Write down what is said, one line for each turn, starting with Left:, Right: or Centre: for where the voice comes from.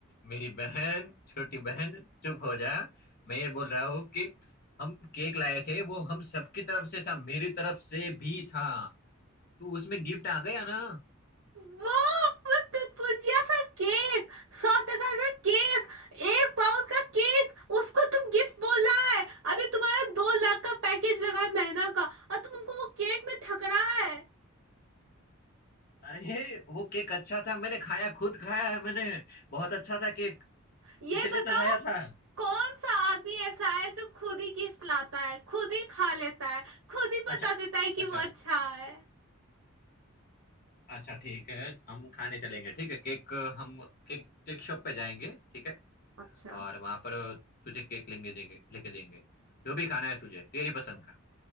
Left: मेरी बहन छोटी बहन चुप हो जा मैं ये बोल रहा हूँ कि हम केक लाए थे वो हम सबकी तरफ से था मेरी तरफ से भी था तो उसमें गिफ्ट आ गया ना
Right: वो वो तुतपुंजिया सा केक सौ टका का केक एक पाउंड का केक उसको तुम गिफ्ट बोल रहा है अभी तुम्हारा दो लाख का पैकेज लगा है महीना का और तुम हमको वो केक में ठग रहा है
Left: अरे वो केक अच्छा था मैंने खाया खुद खाया है मैंने बहुत अच्छा था केक
Right: ये
Left: इसलिए
Right: बताओ
Left: तो लाया था
Right: कौन सा आदमी ऐसा है जो खुद ही गिफ्ट लाता है खुद ही खा लेता है खुद ही
Left: अच्छा
Right: बता देता है कि
Left: अच्छा
Right: वो अच्छा है
Left: अच्छा ठीक है हम खाने चलेंगे ठीक है केक हम केक केक शॉप पे जाएंगे ठीक है
Right: अच्छा
Left: और वहां पर तुझे केक लेंगे देंगे लेके देंगे जो भी खाना है तुझे तेरी पसंद का